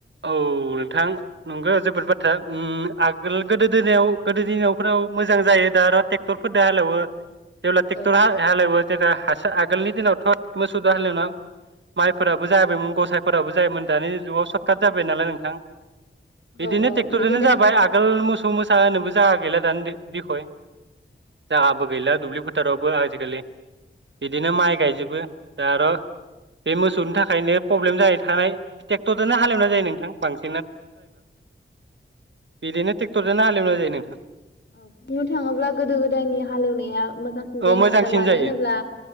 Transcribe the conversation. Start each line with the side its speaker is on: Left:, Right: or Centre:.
Right: औ नोंथां नोंगो जोबोद बाथ ओ आगोल गोदो दिनाव गोदो दिनावफोराव मोजां जायो दा आरो ट्रेक्टरफोरजों हालेवो जेब्ला टेक्टर
Left: औ
Right: हा-हाल एवो दे दा हासो आगोलनि दिनावथ' मोसौ दो हाल एवना माइफोराबो जाबायमोन गसाइफोराबो जायोमोन दानि जुगाव स जाबाय नालाय नोंथां बिदिनो
Left: औ औ
Right: ट्रेक्टरजोंनो
Left: बिदिनो
Right: जाबाय आगोल मोसौ मोसा होनोबो जोंहा गैला दानि बिखय जोहाबो गैला दुब्लि फो थारावबो आजिखालि बिदिनो माइ गायजोबो दा आरो बे मोसौनि थाखायनो प्रब्लेम जायो थानाय टेक्टर दोनो हालेवनाय जायो नोंथां बांसिन बिदिनो ट्रेक्टरजोंनो हालेवनाय जायो नोंथां
Left: औ बुंनो थाङोब्ला गोदो गोदायनि हालेवनाया मोजां जायोमोन
Right: औ मोजांसिन
Left: आरो मानो
Right: जायो
Left: होनोब्ला